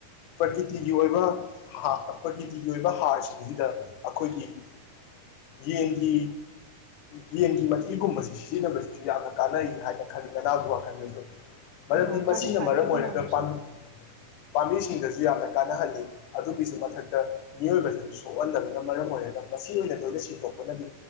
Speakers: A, on the left; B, on the right.
A: ꯄ꯭ꯔꯀꯤꯇꯤꯒꯤ ꯑꯣꯏꯕ ꯍꯥ ꯄ꯭ꯔꯀꯤꯇꯤꯒꯤ ꯑꯣꯏꯕ ꯍꯥꯔꯁꯤꯡꯁꯤꯗ ꯑꯩꯈꯣꯏꯒꯤ ꯌꯦꯟꯒꯤ ꯌꯦꯟꯒꯤ ꯃꯊꯤꯒꯨꯝꯕꯁꯤ ꯁꯤꯖꯤꯟꯅꯕꯁꯤꯁꯨ ꯌꯥꯝꯅ ꯀꯥꯟꯅꯩ ꯍꯥꯏꯅ ꯈꯜꯂꯤ ꯅꯅꯥꯎꯒꯤ ꯋꯥꯈꯜꯗꯁꯨ ꯃꯔꯝꯗꯤ
B: ꯑꯥ ꯀꯥꯟꯅꯩ
A: ꯃꯁꯤꯅ
B: ꯀꯥꯟꯅꯩ
A: ꯃꯔꯝ
B: ꯏꯕꯨꯡꯉꯣ
A: ꯑꯣꯏꯔꯒ
B: ꯑꯗꯨꯁꯨ
A: ꯄꯥꯝꯕꯤ ꯄꯥꯝꯕꯤ ꯁꯤꯡꯗꯁꯨ ꯌꯥꯝꯅ ꯀꯥꯟꯅꯍꯜꯂꯤ ꯑꯗꯨꯒꯤꯁꯨ ꯃꯊꯛꯇ ꯃꯤꯑꯣꯏꯕꯗ ꯁꯣꯛꯍꯟꯗꯕꯅ ꯃꯔꯝ ꯑꯣꯏꯔꯒ ꯃꯁꯤ ꯑꯣꯏꯅ ꯂꯣꯏꯅ ꯁꯤꯟꯗꯣꯛꯄꯅꯗꯤ